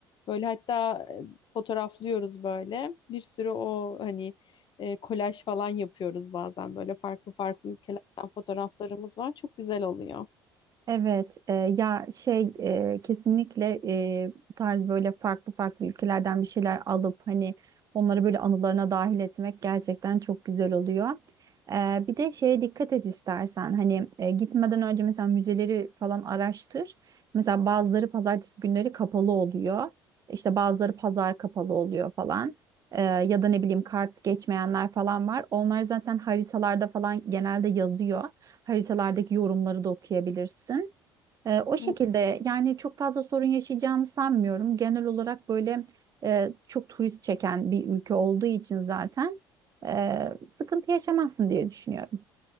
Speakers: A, on the left; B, on the right.
A: Böyle hatta e, fotoğraflıyoruz böyle bir sürü o hani e, kolaj falan yapıyoruz bazen böyle farklı farklı ülkelerden fotoğraflarımız var. Çok güzel oluyor.
B: Evet, e, ya şey e, kesinlikle e, bu tarz böyle farklı farklı ülkelerden bir şeyler alıp hani onları böyle anılarına dahil etmek gerçekten çok güzel oluyor. E, bir de şeye dikkat et istersen hani e, gitmeden önce mesela müzeleri falan araştır. Mesela bazıları pazartesi günleri kapalı oluyor. İşte bazıları pazar kapalı oluyor falan. E, ya da ne bileyim kart geçmeyenler falan var. Onlar zaten haritalarda falan genelde yazıyor haritalardaki yorumları da okuyabilirsin. Ee, o şekilde
A: Hı,
B: yani çok fazla sorun yaşayacağını sanmıyorum. Genel olarak böyle e, çok turist çeken bir ülke olduğu için zaten e, sıkıntı yaşamazsın diye düşünüyorum.